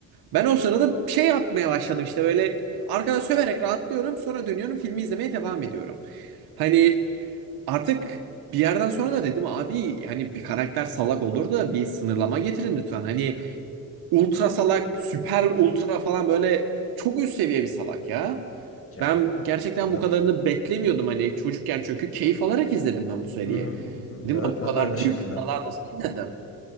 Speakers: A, on the right; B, on the left.
A: Ben o sırada şey yapmaya başladım işte böyle Arkada söverek rahatlıyorum. Sonra dönüyorum filmi izlemeye devam ediyorum. Hani artık bir yerden sonra da dedim abi hani bir karakter salak olur da bir sınırlama getirin lütfen. Hani ultra salak, süper ultra falan böyle çok üst seviye bir salak ya.
B: Ya,
A: Ben gerçekten
B: evet.
A: bu kadarını beklemiyordum hani çocukken çünkü keyif alarak izledim ben bu seriyi.
B: Hı hı, hı hı.
A: Dedim
B: Evet,
A: ben bu
B: ben
A: kadar
B: de aynı şekilde.
A: büyük bir salağı nasıl izledim?